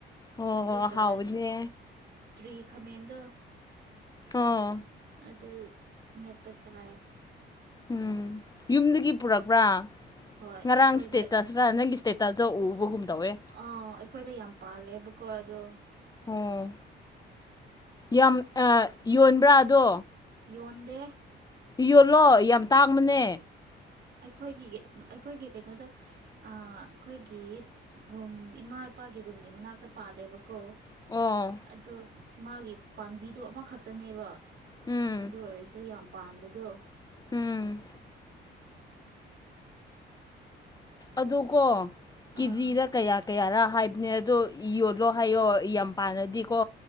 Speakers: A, on the left; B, on the right.
A: ꯑꯣ
B: ꯑꯗꯨꯒ
A: ꯍꯥꯎꯕꯅꯦ
B: ꯇ꯭ꯔꯤ ꯈꯥꯃꯦꯟꯗꯣ
A: ꯑꯣ
B: ꯑꯗꯨ ꯃꯦꯠꯄ ꯆꯥꯏꯌꯦ
A: ꯎꯝ ꯌꯨꯝꯗꯒꯤ ꯄꯨꯔꯛꯄ꯭ꯔꯥ
B: ꯍꯣꯏ
A: ꯉꯔꯥꯡ
B: ꯑꯩꯈꯣꯏꯗ
A: ꯁꯇꯦꯠꯇꯁꯔ ꯅꯪꯒꯤ ꯏꯁꯇꯦ ꯇꯖꯧ ꯎꯕꯒꯨꯝ ꯇꯧꯑꯦ
B: ꯑꯥ ꯑꯩꯈꯣꯏꯗ ꯌꯥꯝ ꯄꯥꯜꯂꯦꯕꯀꯣ ꯑꯗꯣ
A: ꯑꯣ ꯌꯥꯝ ꯑꯥ ꯌꯣꯟꯕ꯭ꯔꯥ ꯑꯗꯣ
B: ꯌꯣꯟꯗꯦ ꯑꯍꯨꯍꯨ ꯍꯨ
A: ꯌꯣꯜꯂꯣ ꯌꯥꯝ ꯇꯥꯡꯕꯅꯦ
B: ꯑꯩꯈꯣꯏꯒꯤ ꯑꯩꯈꯣꯏꯒꯤ ꯀꯩꯅꯣꯗ ꯑꯥ ꯑꯩꯈꯣꯏꯒꯤ ꯔꯨꯝ ꯏꯃꯥ ꯃꯄꯥꯒꯤ ꯔꯨꯝꯒꯤ ꯃꯅꯥꯛꯇ ꯄꯥꯜꯂꯦꯕꯀꯣ
A: ꯑꯣ
B: ꯑꯗꯣ ꯃꯥꯒꯤ ꯄꯥꯝꯕꯤꯗꯣ ꯑꯃꯈꯛꯇꯅꯦꯕ
A: ꯎꯝ
B: ꯑꯗꯨ ꯑꯣꯏꯔꯁꯨ ꯌꯥꯝ ꯄꯥꯟꯕꯗꯣ
A: ꯎꯝ ꯑꯗꯨꯀꯣ ꯀꯦꯖꯤꯗ
B: ꯑꯥ
A: ꯀꯌꯥ ꯀꯌꯥꯔ ꯍꯥꯏꯕꯅꯦ ꯑꯗꯣ ꯌꯣꯜꯂꯣ ꯍꯥꯏꯌꯣ ꯌꯥꯝ ꯄꯥꯟꯂꯗꯤꯀꯣ